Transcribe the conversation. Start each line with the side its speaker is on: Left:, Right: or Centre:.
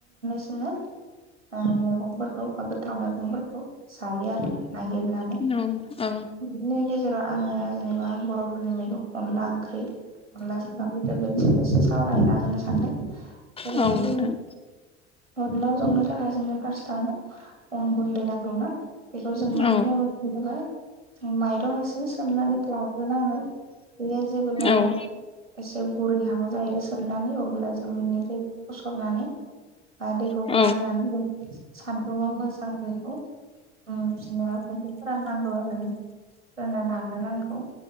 Right: जोंनो ओ मैगंफोरखौ बा गोथां मैगंफोरखौ जायो आरो। नागिरनानै
Left: औ औ
Right: बिनि गेजेराव आङो जेनेबा बर'फोरनि मैगं अनला ओंख्रि अनलाजों दावजों सावरायना होनो सानदों जेरैहाय
Left: औ
Right: जोंनि
Left: नोंथां
Right: अनला संनो थाखाय जोङो फार्स्टनो अन गुन्दै नांगौ ना बेखौ जों मानिफ्राय
Left: औ
Right: मोनो मायरं एसे सोमनानै दोन बेयो जेबोब्ला
Left: औ
Right: एसे बुरैहां जायो नानै अब्ला जों बिनि दै फसरनानै बा दैखौ
Left: औ
Right: गारनानै सानदुंआव मोजां होनांगौ उम जेनेबा खनसे फोराननांगौ आरो लाग्रोनांगौ